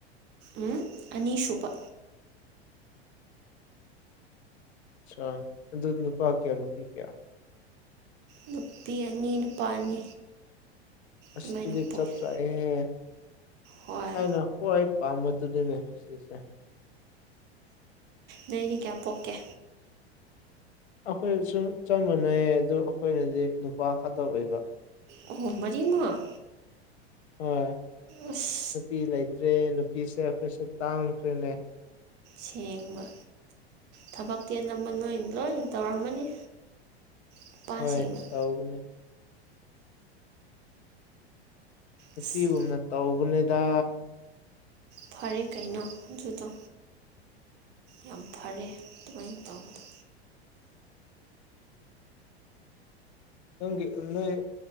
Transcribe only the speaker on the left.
ꯑꯆꯥ ꯑꯗꯨ ꯅꯨꯨꯄꯥ ꯀꯌꯥ ꯅꯨꯨꯄꯤ ꯀꯌꯥ
ꯑꯁ
ꯗꯨꯗꯤ
ꯆꯞ ꯆꯥꯌꯦꯍꯦ
ꯊꯥꯏꯅ ꯈꯋ꯭ꯥꯏ ꯄꯥꯝꯕꯗꯨꯅꯤꯅꯦ ꯁꯤꯁꯦ
ꯑꯈꯣꯏꯁꯨ ꯆꯞ ꯃꯥꯟꯅꯩꯌꯦ ꯑꯗꯨ ꯑꯈꯣꯏꯅꯗꯤ ꯅꯨꯄꯥ ꯈꯛꯇ ꯑꯣꯏꯕ
ꯍꯣꯏ
ꯅꯨꯄꯤ ꯂꯩ ꯅꯨꯄꯤꯁꯦ ꯑꯈꯣꯏꯁꯨ ꯇꯥꯡꯈ꯭ꯔꯦꯅꯦ
ꯍꯣꯏ ꯇꯧꯕꯅꯦ ꯅꯨꯄꯤꯒꯨꯝꯅ
ꯇꯧꯕꯅꯦꯗ
ꯅꯪꯒꯤ ꯅꯣꯏ